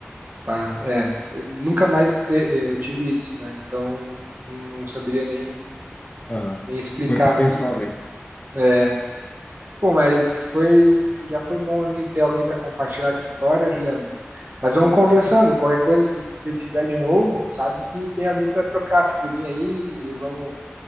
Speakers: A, on the right; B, on the left.
A: Pá, é, eu nunca mais te- eu tive isso, né? Então não saberia nem,
B: Aham.
A: nem explicar.
B: Foi uma vez
A: E,
B: só daí.
A: é, Pô, mas foi, já foi bom aí ter alguém para compartilhar essa história, Juliano. Mas vamos conversando. Qualquer coisa, se você tiver de novo, sabe que tem alguém para trocar a figurinha aí e vamos,